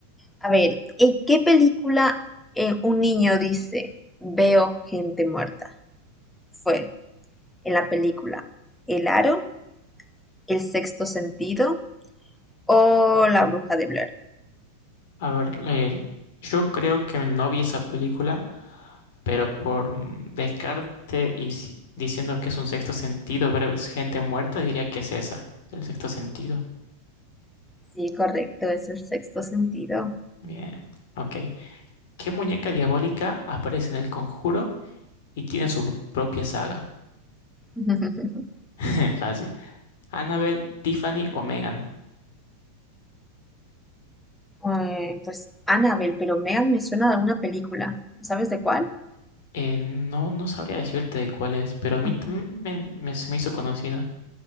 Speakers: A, in the centre; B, on the left (about 65°).
A: A ver, ¿en qué película eh, un niño dice, veo gente muerta? Fue en la película El Aro, El Sexto Sentido o La Bruja de Blair.
B: A ver, eh, yo creo que no vi esa película, pero por mm, descarte y si- diciendo que es un sexto sentido, ver es gente muerta, diría que es esa, el sexto sentido.
A: Sí, correcto, es el sexto sentido.
B: Bien, ok. ¿Qué muñeca diabólica aparece en El Conjuro y tiene su propia saga?
A: <laughs>
B: <laughs> Fácil. Annabelle, Tiffany o Megan.
A: Eh, pues Annabelle, pero Megan me suena de alguna película. ¿Sabes de cuál?
B: Eh, no, no sabría decirte de cuál es, pero a mí
A: Ujú.
B: también me- me- se me hizo conocida.